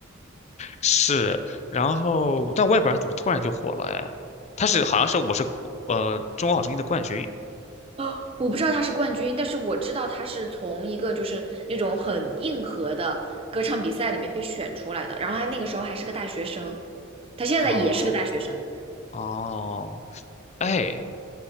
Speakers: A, on the left (about 35°); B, on the right (about 30°).
A: 是，然后但我也不知道他怎么突然就火了哎，他是好像是我是呃中国好声音的冠军
B: 啊，我不知道他是冠军，但是我知道他是从一个就是那种很硬核的歌唱比赛里面被选出来的，然后他那个时候还是个大学生，他现在也是个大学生。
A: 哦哦，哎